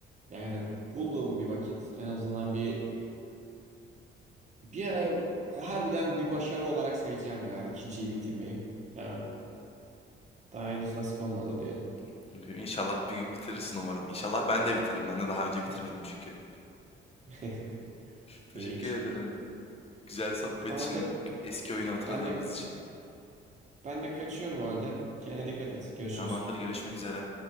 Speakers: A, on the right; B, on the left.
A: Yani bulduğum bir vakit en azından bir bir ara harbiden bir başarı olarak sayacağım ya ikinciyi bitirmeyi. Ya daha henüz nasip olmadı diyelim.
B: <laughs> İnşallah bir gün bitirirsin umarım. İnşallah ben de bitiririm. Ben de daha önce bitirmedim çünkü.
A: <laughs>
B: Teşekkür
A: İlginç.
B: ederim. Güzel sohbet
A: O halde
B: için, eski oyunu hatırladığımız
A: ben de
B: için.
A: ben de kaçıyorum o halde. Kendine dikkat et. Görüşürüz.
B: Tamamdır, görüşmek üzere.